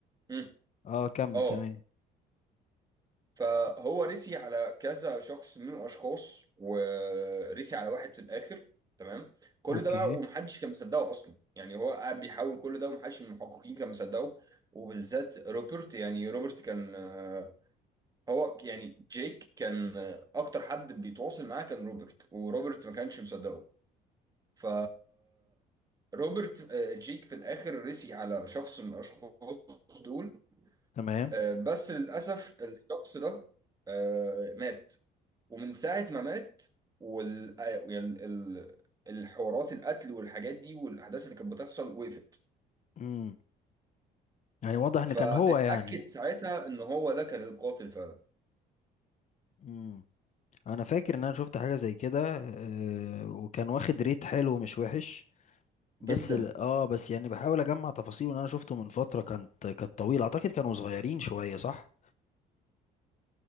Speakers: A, on the right; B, on the left.
A: مم.
B: اه كمل
A: اه
B: تمام
A: فهو ريسي على كذا شخص من الاشخاص وريسي على واحد في الاخر تمام كل
B: اوكي
A: ده بقى ومحدش كان مصدقه اصلا يعني هو قاعد بيحاول كل ده ومحدش من المحققين كان مصدقه وبالذات روبرت يعني روبرت كان آه، هو يعني جيك كان آه، اكتر حد بيتواصل معاه كان روبرت وروبرت ما كانش مصدقه ف روبرت آه، جيك في الاخر رسي على شخص من الاشخاص دول
B: تمام
A: آه، بس للاسف الشخص ده آه، مات ومن ساعة ما مات وال آه، يعني ال- ال- الحوارات القتل والحاجات دي والأحداث اللي كانت بتحصل وقفت
B: امم يعني واضح ان
A: فاتأكد
B: كان هو يعني
A: ساعتها إن هو ده كان القاتل فعلا
B: امم انا فاكر ان انا شفت حاجة زي كده آه، وكان واخد ريت حلو مش وحش
A: جدا
B: بس ال... اه بس يعني بحاول اجمع تفاصيل ان انا شفته من فترة كانت كانت طويلة اعتقد كانوا صغيرين شوية صح